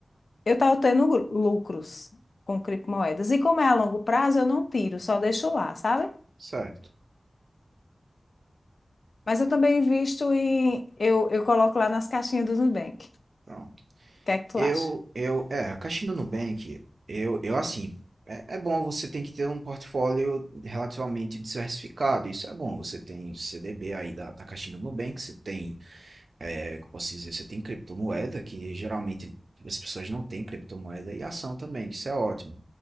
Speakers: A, on the left (about 75°); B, on the right (about 75°).
A: Eu estava tendo gru- lucros com criptomoedas. E como é a longo prazo, eu não tiro, só deixo lá, sabe?
B: Certo.
A: Mas eu também invisto em. Eu, eu coloco lá nas caixinhas do Nubank. O
B: Pronto.
A: que é que tu
B: Eu,
A: acha?
B: eu, é, a Caixa do Nubank, eu, eu assim, é, é bom, você tem que ter um portfólio relativamente diversificado, isso é bom, você tem CDB aí da, da Caixa do Nubank, você tem, é, como eu posso dizer, você tem criptomoeda, que geralmente as pessoas não têm criptomoeda, e ação também, que isso é ótimo.